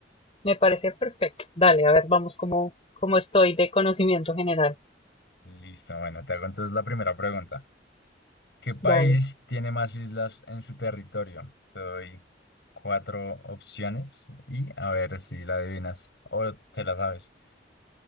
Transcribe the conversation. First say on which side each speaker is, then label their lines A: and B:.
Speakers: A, on the left; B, on the left.
A: Me parece perfecto. Dale, a ver, vamos como, como estoy de conocimiento general.
B: Listo, bueno, te hago entonces la primera pregunta. ¿Qué país
A: Dale.
B: tiene más islas en su territorio? Te doy cuatro opciones y a ver si la adivinas o te la sabes.